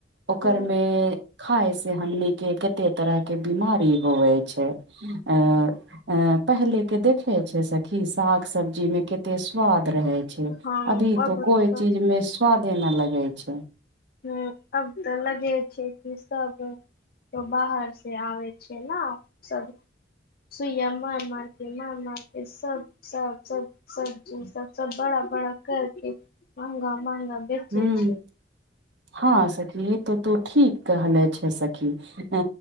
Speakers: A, on the right; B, on the left.
A: ओकर
B: हूँ
A: मे खाय से हमनी के केते तरह के बिमारी होवै छै ए ए पहिले के देखे छै सखी साग सब्जी मे केते स्वाद रहेै
B: हँ
A: अभी
B: अब
A: तो कोई
B: तऽ
A: चीज मे स्वादे न लगै छै
B: हुँ अब तऽ लगे छै कि सब तो बाहर से आबै छै ने सब सुइया मार मारके मार मारके सब सब सब सब्जी सब सब बड़ा बड़ा करके महंगा महंगा बेचे
A: हुँ
B: छै
A: हँ सखी ई तऽ तू ठीक कहले छै सखी अ